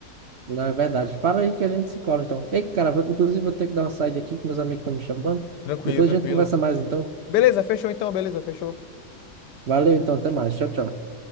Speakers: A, on the right (about 60°); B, on the left (about 85°).
A: Não, é verdade. Para aí que a gente se cola, então. Ei, cara, vou- inclusive vou ter que dar uma saída aqui, que meus amigos estão me chamando.
B: Tranquilo,
A: Depois
B: tranquilo.
A: a gente conversa mais, então.
B: Beleza, fechou então, beleza, fechou.
A: Valeu, então. Até mais. Tchau, tchau.